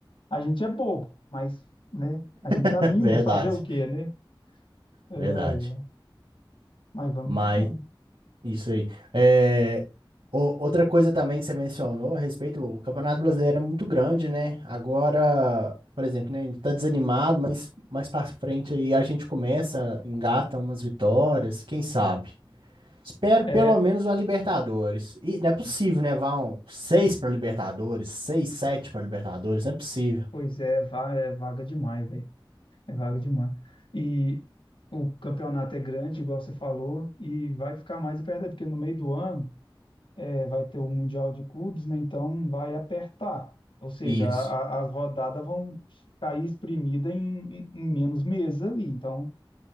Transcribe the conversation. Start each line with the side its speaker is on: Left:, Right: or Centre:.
Left: A gente é bobo, mas, né? A gente
Right: <laughs>
Left: anima.
Right: Verdade.
Left: Fazer o quê, né? Ai,
Right: Verdade.
Left: ai. Mas vamos
Right: Mas
Left: que vamos.
Right: Isso aí. É, o- outra coisa também que você mencionou a respeito, o Campeonato Brasileiro é muito grande, né? Agora, por exemplo, né, a gente tá desanimado, mas mais pra frente aí a gente começa, engata umas vitórias, quem sabe? Espero pelo
Left: É,
Right: menos uma Libertadores. E não é possível, né? Vão seis pra Libertadores, seis, sete pra Libertadores, não é possível.
Left: pois é, va- é vaga demais, velho. É vaga demais. E o campeonato é grande, igual você falou, e vai ficar mais apertado, porque no meio do ano é, vai ter o Mundial de Clubes, né? Então vai apertar. Ou seja,
Right: Isso,
Left: a- a- as rodadas vão cair espremida em, em- em menos meses ali. Então,